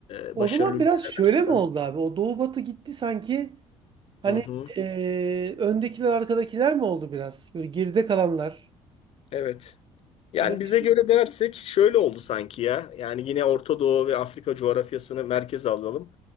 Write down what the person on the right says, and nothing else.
O
zaman
biraz şöyle
mi oldu abi? O Doğu Batı gitti sanki hani
eee, öndekiler arkadakiler mi oldu biraz? Böyle geride kalanlar.
Hani
biz-